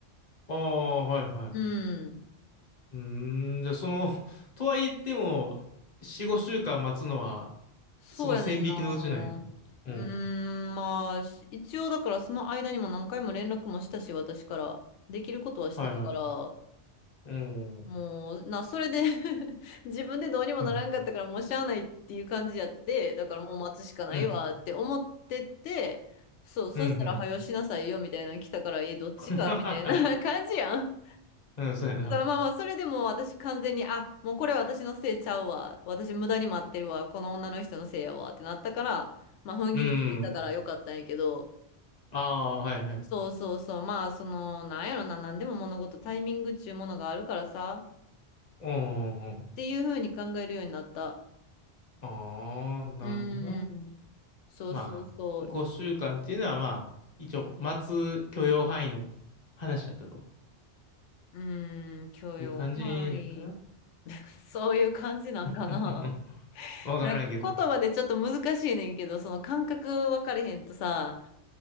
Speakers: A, on the left; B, on the left.
A: ああ、はいはい。
B: うん。
A: うーん、じゃあその、<laughs> とは言っても、4、5週間待つのは、
B: そうやねんな。
A: その線引きのうちなんや。うん。
B: うーん、まあ、し一応だからその間にも何回も連絡もしたし、私から。できることはしてたから、
A: はいはい。うん。うん。
B: もう、な、それで <laughs> 自分でどうにもならんかったから、
A: う
B: もうしゃあないっていう感じやって、だからもう待つしかないわって思ってて、
A: ん。
B: そう、そしたら、
A: うん。うん。
B: はよしなさいよみたいなの来たから、え、どっちがみたいな
A: <laughs>
B: <laughs> 感じやん。
A: うん、そうやな。
B: まあまあ、それでも私完全に、あ、もうこれ私のせいちゃうわ。私無駄に待ってるわ。この女の人のせいやわってなったから、まあ踏ん切りついたからよかったんやけど、
A: うん。ああ、はいはい。
B: そうそうそう、まあその、なんやろな、なんでも物事タイミングっちゅうものがあるからさ、っ
A: うん。うん。
B: ていうふうに考えるようになった。
A: ああー、なるほどな。
B: うーん、そうそうそう、
A: まあ、5週間っていうのはまあ、一応、待つ許容範囲の話だったと
B: うーん、許容範囲。
A: いう感じなんかな。
B: <laughs> そういう感じなんかな。
A: うんうん
B: <laughs>
A: わからんけど。
B: なんか言葉でちょっと難しいねんけど、その感覚分かれへんとさ、